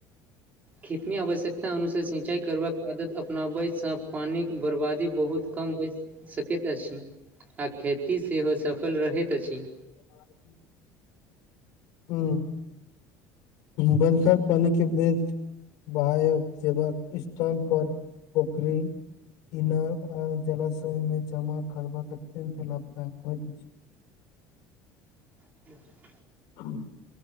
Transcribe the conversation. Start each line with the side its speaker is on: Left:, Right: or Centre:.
Right: खेतमे आवश्यकता अनुसार सिंचाइ करबाक आदत अपनाबैसँ पानिके बर्बादी बहुत कम भइ सकैत अछि आ खेती सेहो सफल रहैत अछि।
Left: <unintelligible> बरखार पानि के बेस बायक देवक स्थान पर पोखरी इनार आ जलाशय मे जमा करबाक अत्यन्त लाभदायक होइत अछि।
Right: <unintelligible>
Left: <unintelligible>